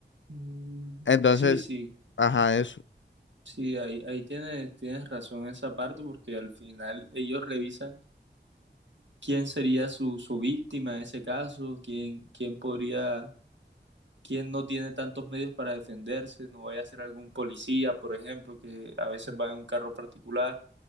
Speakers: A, on the right; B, on the left.
A: Mm,
B: Entonces,
A: Sí, sí.
B: ajá, eso.
A: Sí, ahí, ahí tienes, tienes razón en esa parte porque al final ellos revisan quién sería su, su víctima en ese caso, quién, quién podría, quién no tiene tantos medios para defenderse, no vaya a ser algún policía, por ejemplo, que a veces va en un carro particular.